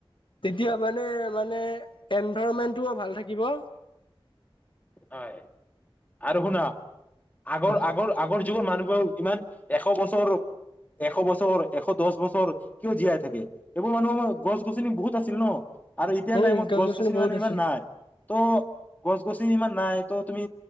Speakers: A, on the left; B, on the left.
A: তেতিয়া মানে মানে এনভাইৰণমেন্টটোও ভাল থাকিব।
B: হয় আৰু শুনা। আগৰ,
A: কোৱা
B: আগৰ, আগৰ যুগৰ মানুহবোৰ ইমান এশ বছৰ, এশ বছৰ, এশ দছ বছৰ কিয় জীয়াই থাকে এইবোৰ মানুহ গছ-গছনি বহুত আছিল ন'। আৰু এতিয়াৰ
A: উম
B: টাইমত
A: গছ
B: গছ-গছনি
A: গছনি বহুত
B: মানে
A: আছে।
B: ইমান নাই। ত' গছ-গছ ইমান নাই ত' তুমি